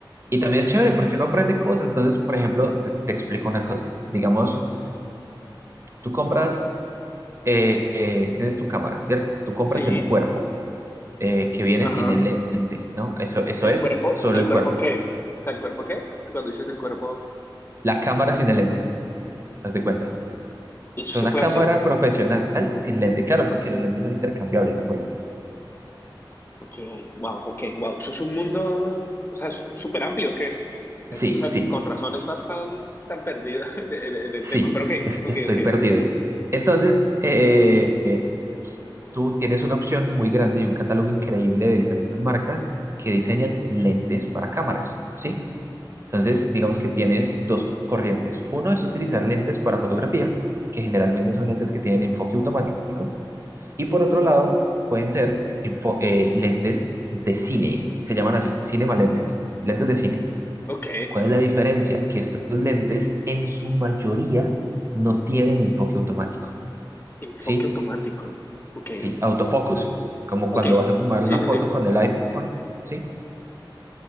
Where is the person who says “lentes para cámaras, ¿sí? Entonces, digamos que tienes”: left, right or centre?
Right